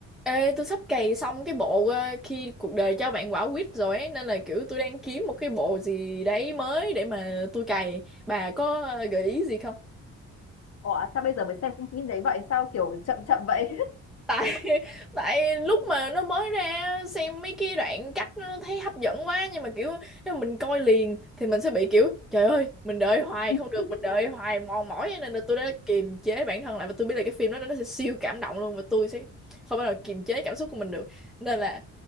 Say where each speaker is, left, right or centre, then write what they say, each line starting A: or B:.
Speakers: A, in the centre; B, on the left (about 55°).
A: Ê, tôi sắp cày xong cái bộ ờ, khi cuộc đời cho bạn quả quýt rồi ấy, nên là kiểu tôi đang kiếm một cái bộ gì đấy mới để mà tôi cày. Bà có ờ, gợi ý gì không?
B: Ủa sao bây giờ mới xem phim phim đấy vậy sao kiểu chậm chậm vậy
A: Tại <laughs> tại lúc mà nó mới ra xem mấy cái đoạn cắt nó thấy hấp dẫn quá nhưng mà kiểu nếu mà mình coi liền thì mình sẽ bị kiểu trời ơi, mình đợi hoài không
B: <laughs>
A: được, mình đợi hoài mòn mỏi ấy, nên là tôi đã kiềm chế bản thân lại và tôi biết là cái phim đó nó sẽ siêu cảm động luôn và tôi sẽ không bao giờ kiềm chế cảm xúc của mình được. Nên là